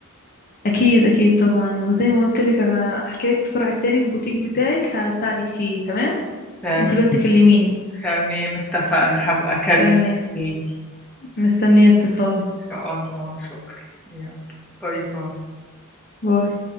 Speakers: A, on the left (about 40°); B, in the centre.
A: اكيد اكيد طبعا وزي ما قلت لك انا حكايه الفرع التاني البوتيك بتاعك هساعدك فيه تمام
B: تمام
A: انتي بس كلميني
B: تمام، اتفقنا هبقى اكلمك
A: تمام
B: تاني
A: مستنيه اتصالك
B: ان شاء الله شكرا يلا باي باي
A: باي